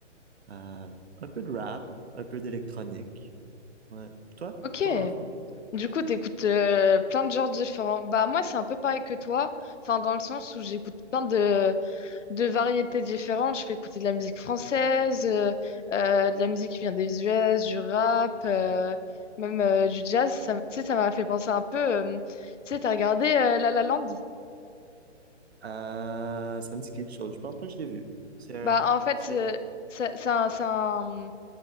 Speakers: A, on the right; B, on the left.
A: euh, un peu de rap, un peu d'électronique. Ouais. Toi,
B: Ok.
A: toi dans le fond?
B: Du coup, t'écoutes euh, plein de genres différents. Bah, moi, c'est un peu pareil que toi. Enfin, dans le sens où j'écoute plein de, de variétés différentes. Je peux écouter de la musique française, euh, euh, de la musique qui vient des US, du rap, euh, même euh, du jazz. Ça, tu sais, ça m'a fait penser un peu. euh, tu sais, t'as regardé euh, La La Land?
A: Euh, ça me dit quelque chose. Je pense pas que je l'ai vu. C'est un,
B: Bah, en fait,
A: c'est
B: euh, ça- c'est un- c'est un-